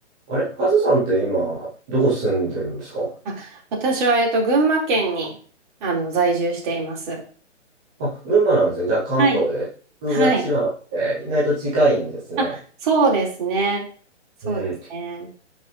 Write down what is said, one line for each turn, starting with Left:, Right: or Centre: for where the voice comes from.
Centre: あれ、あずさんって今、どこ住んでるんですか
Right: あ、私は、えっと、群馬県に、あの、在住しています。
Centre: あ、群馬なんですね。じゃあ関東で。
Right: はい。
Centre: 僕は千葉なんで、
Right: はい。
Centre: 意外と近いんですね。
Right: あ、そうですね。そうですね。
Centre: うん。